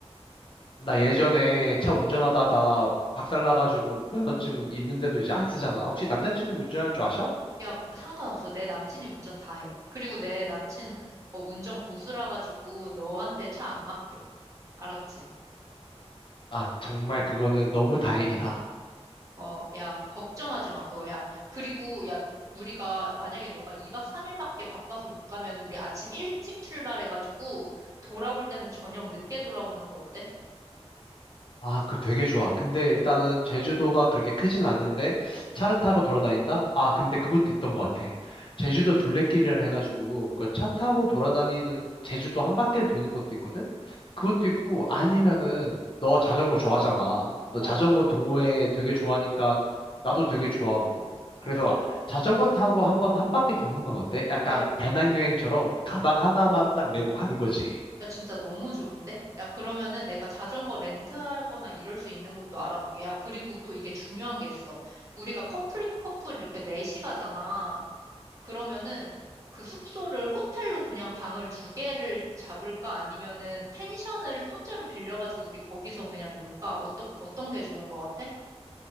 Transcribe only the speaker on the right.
야, 상관없어. 내 남친이 운전 다 해. 그리고 내 남친 어, 운전 고수라 가지고 너한테 차 안 맡겨. 알았지?
어, 야, 걱정하지 마, 그거. 야, 그리고 야, 우리가 만약에 너가 2박 3일밖에 바빠서 못 가면 우리 아침 일찍 출발해 가지고 돌아올 때는 저녁 늦게 돌아오는 거 어때?
어,
야,
야, 진짜 너무 좋은데? 야, 그러면은 내가 자전거 렌트하거나 이럴 수 있는 곳도 알아볼게. 야, 그리고 또 이게 중요한 게 있어. 우리가 커플, 커플 이렇게 넷이 가잖아. 그러면은 그 숙소를 호텔로 그냥 방을 두 개를 잡을까? 아니면은 펜션을 통째로 빌려가지고 우리 거기서 그냥 놀까? 어떠, 어떤 게 좋은 것 같아?